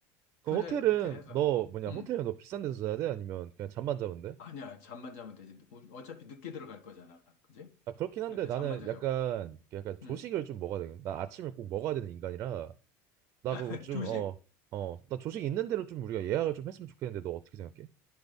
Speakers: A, on the right; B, on the left.
A: 그럼
B: 그래,
A: 호텔은
B: 그렇게 해서.
A: 너 뭐냐?
B: 음.
A: 호텔은 너 비싼 데서 자야 돼? 아니면 그냥 잠만 자면 돼?
B: 아니야, 잠만 자면 되지. 어- 어차피 늦게 들어갈 거잖아. 그지?
A: 아, 그렇긴
B: 그러니까
A: 한데 나는
B: 잠만 자자고.
A: 약간 약간 조식을
B: 음.
A: 좀 먹어야 되거든. 나 아침을 꼭 먹어야 되는 인간이라 나
B: <laughs>
A: 그거 좀
B: 조식.
A: 어, 어, 나 조식 있는 대로 좀 우리가 예약을 좀 했으면 좋겠는데 너 어떻게 생각해?